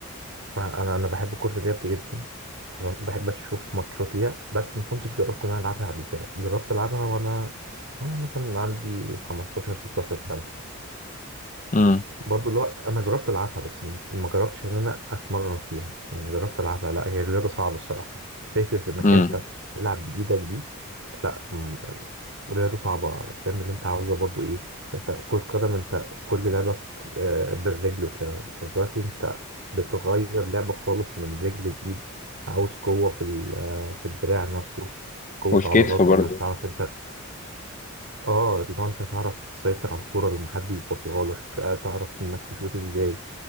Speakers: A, on the right; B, on the left.
A: ما- انا انا بحب كرة اليد جدا تمام بحب اشوف ماتشات ليها بس ما كنتش جربت ان انا العبها قبل كده جربت العبها وانا وانا مثلا عندي 15 16 سنة
B: امم
A: برضه اللي هو انا جربت العبها بس مش ما جربتش ان انا اتمرن فيها يعني جربت العبها لا هي الرياضه صعبه الصراحه فكره انك
B: امم
A: انت تلعب بايدك دي لا م- رياضه صعبه فاهم اللي انت عاوزه برضه ايه انت كره قدم انت كل لعبك آه، بالرجل وكده فدلوقتي انت بتغير لعبه خالص من رجل لايد عاوز قوه في ال- آه، في الدراع نفسه قوة
B: والكتف
A: عضلات
B: برضه
A: انك تعرف انت اه لو انت تعرف تسيطر على الكرة لما حد يبصيها لك آه، تعرف انك تشوط ازاي